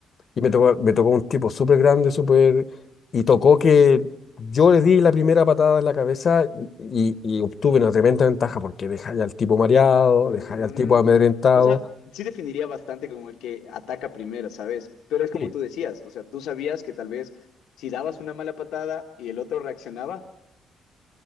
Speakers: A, on the left; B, on the left.
A: y me tocó, me tocó un tipo súper grande, súper... Y tocó que yo le di la primera patada en la cabeza y, y obtuve una tremenda ventaja porque dejáis al tipo mareado,
B: Mm,
A: dejáis al tipo amedrentado.
B: o sea, sí definiría bastante como el que ataca primero, ¿sabes? Pero es como
A: Sí,
B: tú decías, o sea, tú sabías que tal vez si dabas una mala patada y el otro reaccionaba,